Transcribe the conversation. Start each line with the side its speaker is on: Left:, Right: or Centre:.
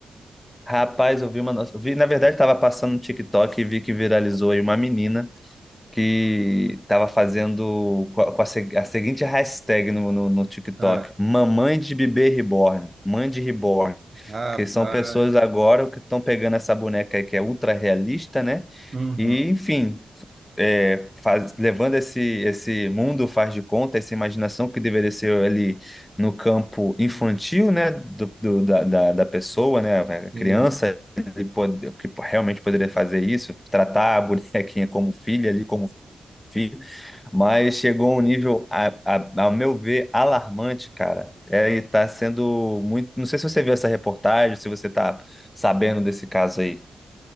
Left: Rapaz, eu vi uma, no- eu vi, na verdade, estava passando no TikTok e vi que viralizou aí uma menina. que estava fazendo co- com a, se- a seguinte hashtag no, no, no TikTok:
Right: Ah,
Left: Mamãe de bebê reborn, mãe de reborn.
Right: rapaz,
Left: Que são pessoas agora que estão pegando essa boneca aí que é ultra realista, né?
Right: uhum,
Left: E, enfim, é, faz- levando esse, esse mundo faz de conta, essa imaginação que deveria ser ali no campo infantil, né, do, do- da, da, da pessoa, né, a
Right: sim.
Left: criança, ele pode, que realmente poderia fazer isso, tratar a bonequinha como filha ali, como filho, mas chegou a um nível, a, a- ao meu ver, alarmante, cara. É, e tá sendo muito. Não sei se você viu essa reportagem, se você tá sabendo desse caso aí.